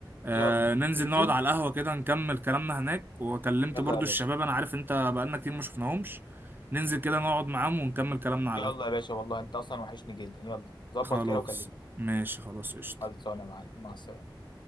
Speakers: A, on the right; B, on the left.
A: آه،
B: يلا
A: ننزل
B: ننزل
A: نقعد على القهوة كده نكمل كلامنا هناك وكلمت
B: يلا
A: برضو
B: يا باشا
A: الشباب انا عارف انت بقالنا كتير ما شفناهمش ننزل كده نقعد معاهم ونكمل كلامنا على
B: يلا
A: القهوة
B: يا باشا والله انت اصلا وحشني جدا يلا ظبط
A: خلاص
B: كده وكلمني
A: ماشي خلاص قشطة
B: خلصانه يا معلم مع السلامه